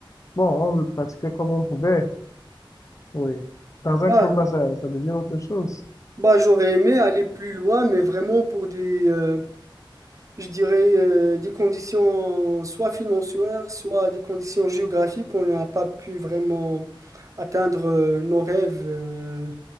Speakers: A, on the left; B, on the right.
A: Bon, on le pratiquait comme on pouvait, oui. Dans
B: Bah,
A: un club, là, ça, ça devient autre chose.
B: bah, j'aurais aimé aller plus loin, mais vraiment pour des, euh, je dirais, euh, des conditions soit financières, soit des conditions géographiques, on n'a pas pu vraiment atteindre euh, nos rêves euh,